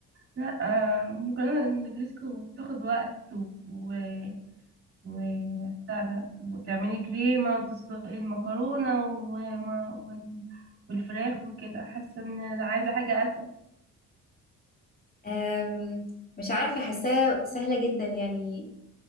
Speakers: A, on the right; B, on the left.
A: لا آه، مكرونه نجريسكو بتاخد وقت و... وبتاع ده وتعملي كريمة وتسلقي المكرونة وما وال... والفراخ وكده حاسة ان عايزة حاجة أسهل
B: أم، مش عارفة حاساها سهلة جدا يعني